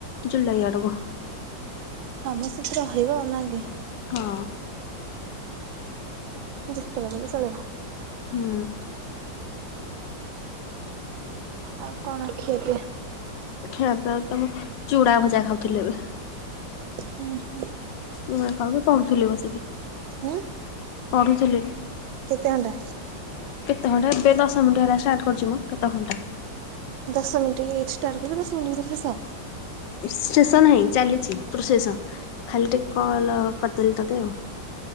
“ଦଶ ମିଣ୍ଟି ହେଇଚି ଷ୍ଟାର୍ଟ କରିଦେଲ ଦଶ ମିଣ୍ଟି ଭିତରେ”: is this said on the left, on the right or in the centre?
Right